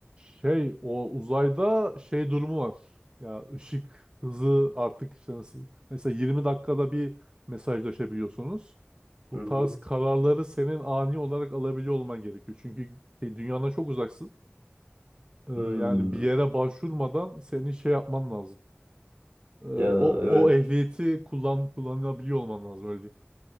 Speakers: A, on the right; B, on the right.
A: Şey o uzayda şey durumu var. Ya ışık hızı artık işte nasıl mesela 20 dakikada bir mesajlaşabiliyorsunuz. Bu
B: Hı hı.
A: tarz kararları senin ani olarak alabiliyor olman gerekiyor. Çünkü şey, dünyadan çok uzaksın. Ee, yani
B: Hmm.
A: bir yere başvurmadan senin şey yapman lazım. Ee,
B: Ya
A: o
B: evet.
A: o ehliyeti kullan kullanabiliyor olman lazım öyle diyeyim.